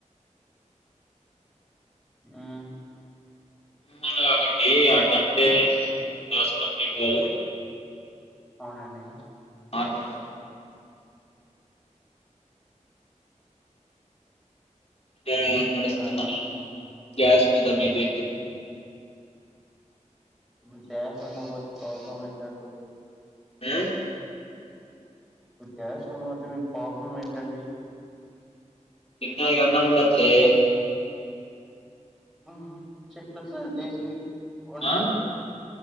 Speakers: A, in the centre; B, on the left.
A: ఆ
B: <inaudible> కాకండి ఆ ట్రే నీకు టాస్క్ కంప్లీంట్ కాదు.
A: అవునండి.
B: మాట్లాడాలి. గ్యా పరిస్తున్నది
A: హలో
B: గ్యాస్ మీద
A: చెప్పండి
B: మీ <inaudible>
A: ఇప్పుడు గ్యాస్ ఉండకపోతే ప్రాబ్లం ఏంటండి?
B: ఆ
A: ఇప్పుడు గ్యాస్ ఉండకపోతే మీ ప్రాబ్లం ఏంటండి.
B: తింటానికి అన్నం ఉండట్లే.
A: ఆ చెక్ ప్లేస్లా దేశీ వండండి.
B: ఆ?